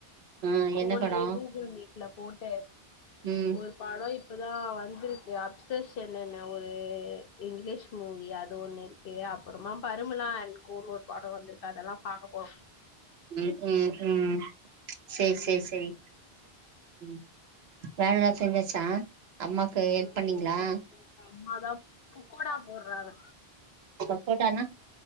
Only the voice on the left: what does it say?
போன்லியே
கூகுள் மீட்ல போட்டு
ஒரு படம் இப் இப்பதா வந்திருக்கு அப்சஷன்னு ஒரு இங்கிலீஷ் மூவி அது ஒண்ணு அப்பறமா பரிமலா அண் கோனு ஒரு படம் வந்துருக்கு அதல்லா பாக்க போறோ
ம்
ஆ
எல்லா முடிஞ்சாச்சு அம்மாதா பொக்கோடா போர்றாங்க